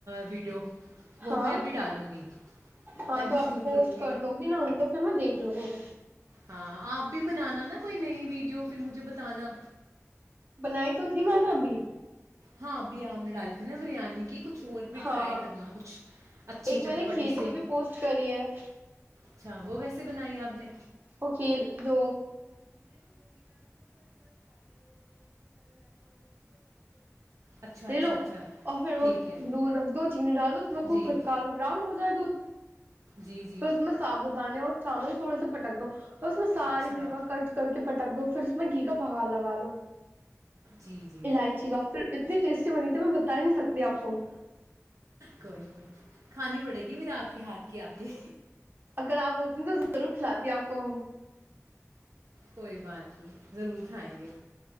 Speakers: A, on the right (about 80°); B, on the right (about 40°).
A: ویڈیو وہ
B: ہاں
A: بھی میں بھی ڈالوں گی
B: ہاں
A: میں بھی
B: تو آپ
A: شروع
B: پوسٹ
A: کروں
B: کر دو گی نا تو پھر میں دیکھ لوں گا
A: ہاں آپ بھی بنانا نا کوئی نئی ویڈیو پھر مجھے بتانا
B: بنائی تو تھی میں نا ابھی
A: ہاں ابھی آپ نے ڈالی تھی نا بریانی کی کچھ اور بھی
B: ہاں
A: ٹرائی کرنا کچھ اچھے
B: ایک میں
A: چٹپٹے
B: نے کھیر
A: سے
B: کی بھی پوسٹ کری ہے
A: اچھا وہ کیسے بنائی آپ نے
B: <inaudible> لے
A: اچھا اچھا
B: لو
A: اچھا
B: اور پھر وہ
A: ٹھیک ہے
B: دودھ رکھ دو چینی ڈال دو اس میں خوب
A: جی
B: خودکارو براؤن ہو جائے دودھ
A: جی جی
B: پھر اس میں سابو دانے اور چاول تھوڑ سا پٹک دو اس میں ساری
A: اچھا
B: میوا کٹ کر کے پٹک دو پھر اس میں کی کا پگا لگا دو
A: جی جی
B: الائچی کا پھر اتنی ٹیسٹی بنی تھی میں بتا ہی نہیں سکتی آپ کو
A: کوئی نہیں کھانی پڑے گی پھر آپ کے ہاتھ کیا آتی
B: اگر آپ ہوتے ن تو ضرور کھلاتی آپ کو
A: کوئی بات نہیں ضرور کھائیں گے